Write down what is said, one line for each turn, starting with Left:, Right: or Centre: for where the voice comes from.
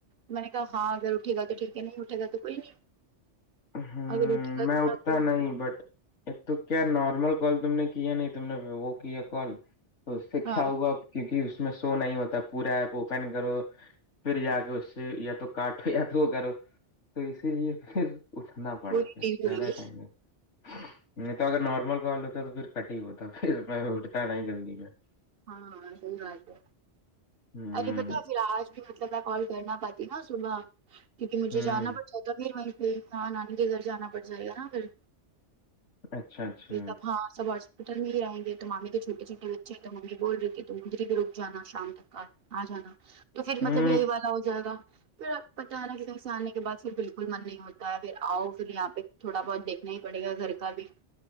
Right: میں نے کہا ہاں اگر اٹھے گا تو ٹھیک ہے نہیں اٹھے گا تو کوئی نہیں
Left: ہمم
Right: اگر اٹھے گا
Left: میں
Right: تو
Left: اٹھتا
Right: آپ
Left: نہیں بٹ ایک تو کیا نارمل کال تم نے کیے نہیں تم نے وہ کیا کال تو اس سے
Right: ہاں
Left: کیا ہوا کیونکی اس میں شو نہیں ہوتا پورا ایپ اوپن کرو پھر جا
Right: ہاں
Left: کے اس سے یا تو کاٹ تو یا تو وہ کرو تو اسی لیے پھر اٹھنا پڑا
Right: پوری
Left: پھر
Right: ٹیم
Left: زیادہ
Right: دوں گی
Left: ٹائم نہیں تو اگر نارمل کال ہوتا ہے تو پھر کٹ ہی ہوتا پھر میں اٹتا ہے نا جلدی میں
Right: ہاں سحیح بات ہے
Left: ہوں
Right: ارے بتاو پھر آج مطلب میں کال کرنا پاتی نا صبح کیونکہ مجھے
Left: ہوں
Right: جانا پڑتا تو پھر وہ پھر ہاں نانی کے گھر جانا پڑ جائے گا نا پھر
Left: اچھا اچھا
Right: تب ہاں سب ہسپٹل ہی رہیں گے تو مامے کے چھوٹے چھوٹے بچے تو ممی بول رہی کہ تم مجری بھی روک جانا شام تک آ جانا تو پھر
Left: ہوں
Right: مطلب یہی والا ہو جائے گا پھر اب پتہ نہیں نا کی ایک دم سے آنے کے بعد پھر بالکل من نہیں ہوتا ہے پھر آؤ پھر یہاں پے تھوڑا بہت دیکھنا ہی پڑے گا گھر کا بھی